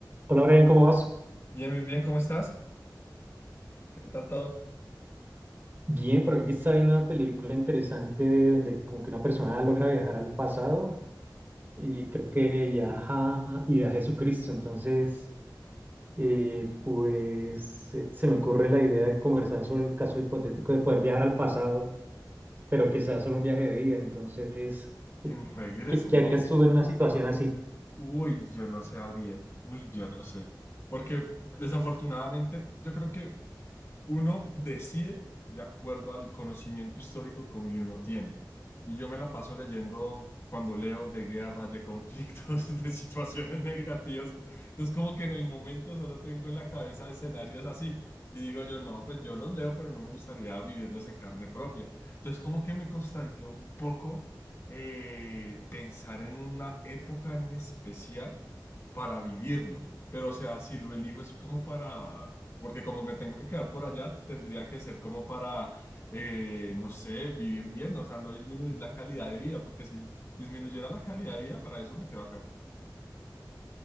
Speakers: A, on the right (about 30°); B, on the left (about 35°).
A: Hola Brian, ¿cómo vas?
B: Bien, bien, bien, ¿cómo estás? ¿Qué tal todo?
A: Bien, por aquí está viendo una película interesante donde como que una persona logra viajar al pasado y creo que viaja y viaja a Jesucristo. Entonces, eh, pues se, se me ocurre la idea de conversar sobre el caso hipotético de poder viajar al pasado, pero que sea solo un viaje de día. Entonces, ¿qué,
B: Sin regreso,
A: qué- qué
B: wow.
A: harías tú en una situación así?
B: Uy, yo no sabría. Uy, yo no sé. Porque desafortunadamente, yo creo que Uno decide de acuerdo al conocimiento histórico que uno tiene. Y yo me la paso leyendo cuando leo de guerras, de conflictos, <laughs> de situaciones negativas. Entonces, como que en el momento solo tengo en la cabeza escenarios así. Y digo yo, no, pues yo los leo, pero no me gustaría vivirlos en carne propia. Entonces, como que me costaría un poco eh, pensar en una época en especial para vivirla. Pero, o sea, si lo elijo es como para porque como me tengo que quedar por allá, tendría que ser como para, eh, no sé, vivir bien, o sea, no disminuir la calidad de vida, porque si disminuyera la calidad de vida, para eso me quedo acá.